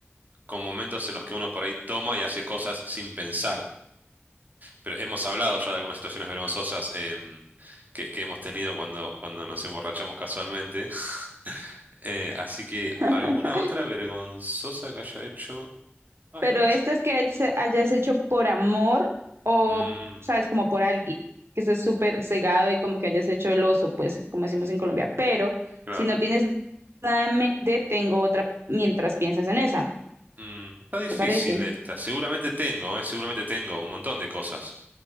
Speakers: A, on the right (about 40°); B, on the right (about 75°).
A: con momentos en los que uno por ahí toma y hace cosas sin pensar. Pero hemos hablado ya de algunas situaciones vergonzosas em, que, que hemos tenido cuando, cuando nos emborrachamos casualmente. <laughs> Eh, así que, ¿alguna
B: <laughs>
A: otra vergonzosa que haya hecho? Ay,
B: Pero
A: no me...
B: estas que has- hayas hecho por amor o,
A: Mm,
B: sabes, como por alguien, que estés súper cegado y como que hayas hecho el oso, pues, como decimos en Colombia. Pero
A: claro.
B: si no tienes nada en mente, tengo otra mientras piensas en esa,
A: Mm, está difícil
B: ¿te parece?
A: esta. Seguramente tengo, eh, seguramente tengo un montón de cosas.